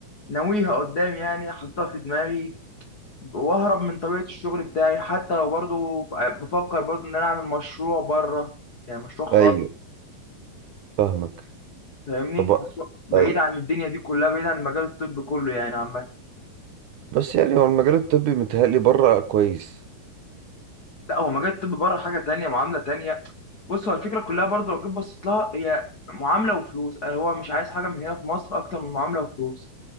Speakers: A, on the left; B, on the right.
A: ناويها قدام يعني أحطها في دماغي وأهرب من طبيعة الشغل بتاعي حتى لو برضو بفكر برضو إن أنا أعمل مشروع بره يعني مشروع
B: ايوه
A: خالص
B: فاهمك
A: فاهمني
B: طب
A: مشروع بعيد
B: ايوه
A: عن الدنيا دي كلها بعيد عن المجال الطبي كله يعني عامة
B: بس يعني هو المجال الطبي متهيألي بره كويس
A: لا هو مجال الطب بره حاجه تانية معامله تانية بص هو الفكره كلها برضو لو جيت بصيت لها هي معامله وفلوس يعني هو مش عايز حاجه من هنا في مصر اكتر من معامله وفلوس